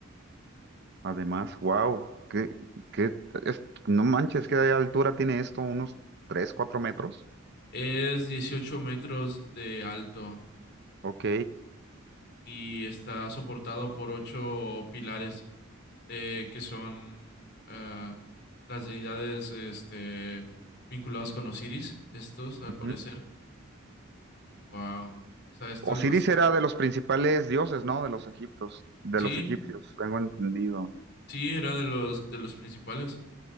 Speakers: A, on the right; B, on the left.
A: Además, wow, que, que es- no manches, ¿qué altura tiene esto? ¿Unos 3 4 metros?
B: Es 18 metros de alto
A: Ok.
B: y está soportado por ocho pilares eh, que son ah, las deidades este, vinculados con Osiris, estos, al
A: ujú.
B: parecer. Wow. O sea, esto
A: Osiris
B: es bastante...
A: era de los principales dioses, ¿no? De los egiptos, de
B: Sí,
A: los egipcios, tengo entendido.
B: Sí, era de los, de los principales.